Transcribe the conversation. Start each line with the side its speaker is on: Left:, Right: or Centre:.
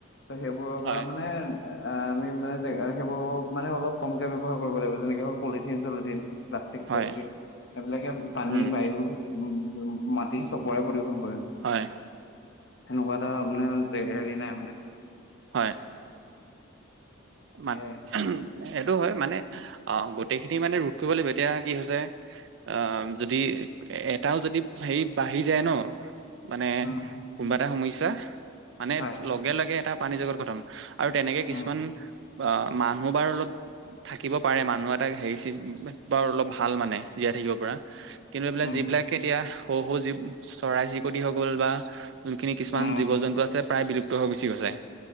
Left: ত সেইবোৰৰ পৰা
Right: হয়
Left: মানে- অঁ আমি মানে সেইবোৰ মানে অলপ কমকে ব্যৱহাৰ কৰিব লাগিব যেনেকে হ'ওক পলিথিন চলিথিন। প্লাষ্টিক
Right: হয়
Left: চালাষ্টিক সেইবিলাকে পানী
Right: উম
Left: বায়ু উমঁ মাটি- তপৰে প্ৰদূষণ কৰে।
Right: হয়ঁ!
Left: সেনেকুৱা এটা মানে জেগা হেৰি নাই মানে।
Right: হয়ঁ! মাটি
Left: সেয়াই
Right: অহুম। এইটো হয় মানে অহ গোটেইখিনি মানে ৰোধ কৰিব লাগিব এতিয়া কি হৈছে অহ। যদি এটাও যদি হেৰি বাঢ়ি যায় ন। মানে
Left: উম,
Right: কোনোবা এটা সমস্যা মানে
Left: হয়,
Right: লগে লগে এটা প্ৰানী জগত খতম। আৰু তেনেকে কিছুমান
Left: উম,
Right: আহ মানুহ বাৰু অলপ- থাকিব পাৰে মানুহ এটাক হেৰি চিচ বাৰু অলপ ভাল মানে জীয়াই থাকিব পৰা। কিন্তু এইবিলাক
Left: উম,
Right: যিবিলাক এতিয়া সৰু সৰু যি চৰাই চিৰিকটি হৈ গ'ল বা- যোনখিনি কিছুমান
Left: উম,
Right: জীৱ জন্তু আছে প্ৰায় বিলুপ্ত হৈ গুচি গৈছে।